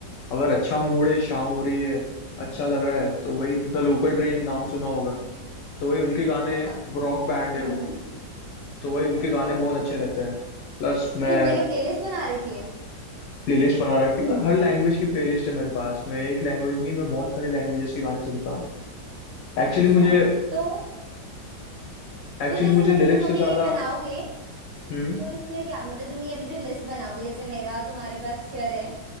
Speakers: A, on the left (about 80°); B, on the right (about 85°).
A: अगर अच्छा मूड है शाम हो रही है अच्छा लग रहा है तो वही द लोकल ट्रेन नाम सुना होगा तो वही उनके गाने
B: अ,
A: रॉक बैंड है
B: हम्म
A: वो तो वही उनके
B: अच्छा
A: गाने बहुत अच्छे रहते हैं प्लस मैं
B: तो तुमने क्या प्लेलिस्ट बना रखी है
A: प्लेलिस्ट बना रखी है और हर लैंग्वेज की प्लेलिस्ट है मेरे पास मैं एक लैंग्वेज नहीं मैं बहुत सारे लैंग्वेजेस के गाने सुनता हूँ
B: अच्छा
A: एक्चुअली मुझे
B: तो
A: एक्चुअली
B: तो जैसे
A: मुझे
B: मतलब
A: लिरिक्स
B: तुम अभी
A: से ज्यादा
B: ये बनाओगे
A: हम्म
B: तो इसमें क्या मतलब तुम ये अभी जो लिस्ट बनाओगे जैसे मेरा और तुम्हारे पास शेयर है